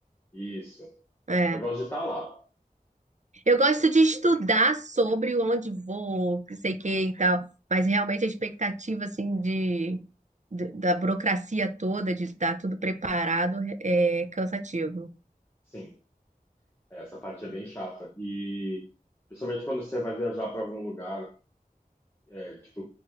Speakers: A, on the left (about 15°); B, on the right (about 50°).
A: isso.
B: É.
A: Eu gosto de estar lá,
B: Eu gosto de estudar sobre onde vou, que sei que e tal. Mas realmente a expectativa, assim, de, de- da burocracia toda, de estar tudo preparado, é é cansativo.
A: sim. Essa parte é bem chata. E principalmente quando você vai viajar para algum lugar, é, tipo,